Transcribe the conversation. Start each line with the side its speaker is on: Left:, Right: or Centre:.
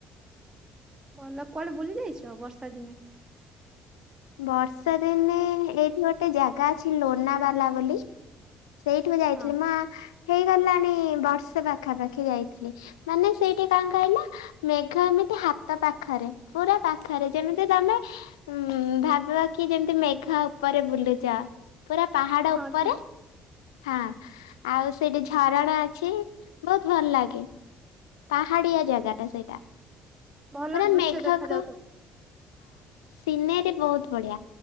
Right: ଭଲ କୁଆଡେ ବୁଲି ଯାଇଛ ବର୍ଷା ଦିନେ?
Left: ବର୍ଷାଦିନେ ଏଇଠି ଗୋଟେ ଜାଗା ଅଛି ଲୋନାବାଲା ବୋଲି। ସେଇଠିକୁ ଯାଇଥିଲି
Right: ହଁ
Left: ମ ହେଇଗଲାଣି ବର୍ଷେ ପାଖାପାଖି ଯାଇଥିଲି ମାନେ ସେଇଠି କଣ କହିଲ? ମେଘ ଏମିତି ହାତ ପାଖରେ ପୁରା ପାଖରେ ଯେମିତି ତମେ ହଁ ଭାବିବ କି ଯେମତି ମେଘ ଉପରେ ବୁଲୁଚ ପୁରା ପାହାଡ
Right: ହଁ
Left: ଉପରେ
Right: କି
Left: ହଁ ଆଉ ସେଇଠି ଝରଣା ଅଛି ବହୁତ ଭଲ ଲାଗେ। ପାହାଡିଆ ଜାଗାଟା ସେଇଟା
Right: ଭଲ
Left: ପୁରା
Right: ଦୃଶ୍ୟ
Left: ମେଘକୁ
Right: ଦେଖା ଯାଉଥିବ।
Left: ସିନେରୀ ବହୁତ ବଢିଆ।